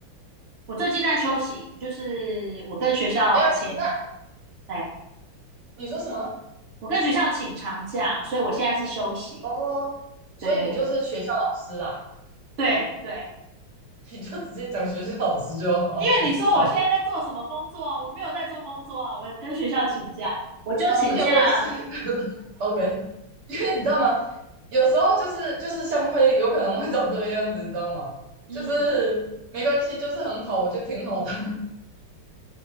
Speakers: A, on the right; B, on the right.
A: 我最近在休息，就是我跟学校请了，
B: 没关系，那
A: 哎，
B: 你说什么？
A: 我跟学校请长假，所以我现在是休息。
B: 哦，所以你就是学校老师啦，
A: 对对对对对，
B: <laughs> 你就直接讲学校老师就好，
A: 因为你说我现在在做什么工作啊？
B: <laughs> 是吧？
A: 我没有在做工作啊，我跟学校请假，
B: <laughs>
A: 我就请假。
B: 好，没有关系 <laughs>，OK，因为你知道吗？有时候就是就是像会有可能会长这个样子，你知道吗？
A: 嗯，
B: 就是没关系，就是很好，我觉得挺好的。